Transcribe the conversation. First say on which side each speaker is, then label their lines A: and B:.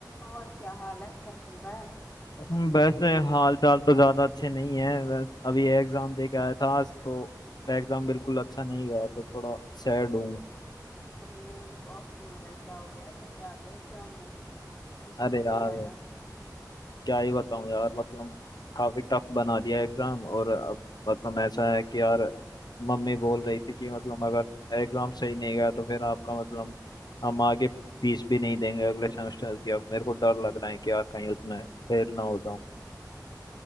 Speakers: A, on the left; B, on the left.
A: और क्या हाल है क्या चल रहा है
B: हम्म, वैसे हाल चाल तो ज्यादा अच्छे नहीं है बस अभी एग्जाम दे के आया था आज तो एग्जाम बिल्कुल अच्छा नहीं गया तो थोड़ा सैड हूँ
A: तो मूड ऑफ क्यों हो रहा है क्या हो गया ऐसा क्या आ गया एग्जाम में जो समझ
B: अरे
A: नहीं
B: यार
A: आ रहा
B: क्या ही बताऊँ यार मतलब काफी टफ बना दिया एग्जाम और अब मतलब ऐसा है कि यार मम्मी बोल रही थी कि मतलब अगर एग्जाम सही नहीं गया तो फिर आपका मतलब हम आगे फीस भी नहीं देंगे अगले सेमेस्टर की अब मेरे को डर लग रहा है कि यार कहीं उसमें फेल ना हो